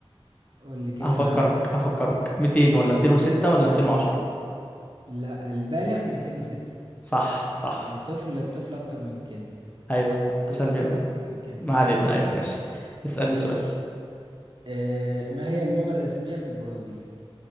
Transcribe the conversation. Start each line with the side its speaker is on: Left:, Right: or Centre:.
Right: قول لي كده
Left: هفكرك
Right: العدد
Left: هفكرك 200
Right: اه,
Left: ولا
Right: آه.
Left: 206 ولا 210
Right: لا البالغ 206
Left: صح صح
Right: الطفل الطفل أكتر من كده
Left: أيوه
Right: الطفل
Left: عشان بي...
Right: بيكون أكتر من كده
Left: ما علينا أيوه ماشي اسألني سؤال
Right: آه، ما هي اللغة الرسمية في البرازيل